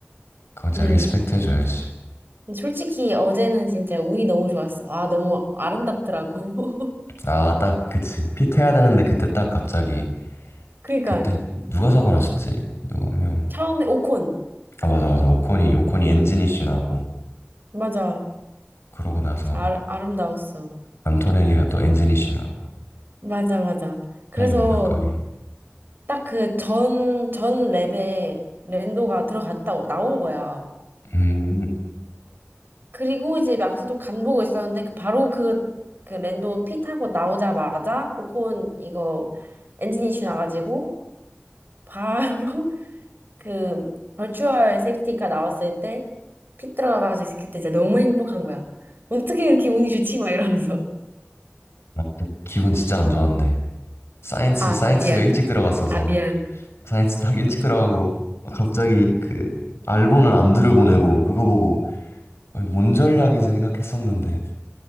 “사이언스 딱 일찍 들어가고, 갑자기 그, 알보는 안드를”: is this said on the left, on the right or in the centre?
Left